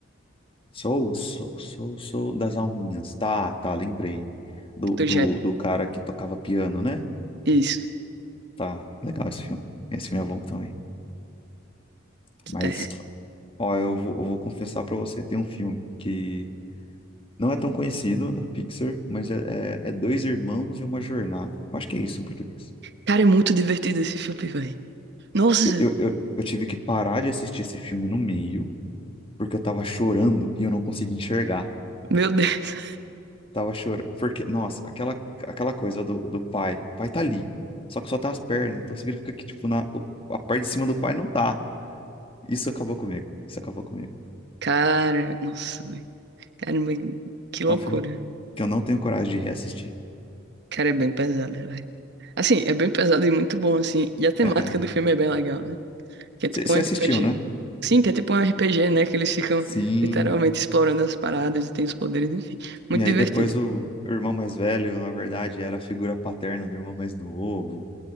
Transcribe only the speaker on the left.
Sou, sou, sou, sou das alminhas. Tá, tá, lembrei. Do,
do, do cara que tocava piano, né?
Tá, legal esse filme. Esse filme é bom também. Mas,
ó, eu vou, eu vou confessar pra você, tem um filme que não é tão conhecido, da Pixar, mas é, é, é Dois Irmãos e Uma Jornada. Eu acho que é isso em português.
Eu, eu, eu, eu tive que parar de assistir esse filme no meio, porque eu tava chorando e eu não conseguia enxergar.
Eu tava chorando, porque, nossa, aquela, aquela coisa do, do pai. O pai tá ali, só que só tá as pernas, então significa que, tipo, na, a parte de cima do pai não tá. Isso acabou comigo, isso acabou comigo.
É um filme que eu não tenho coragem de reassistir.
É, é.
Você
assistiu, né?
Sim.
E aí
depois o, o irmão mais velho, na verdade, era a figura paterna do irmão mais novo.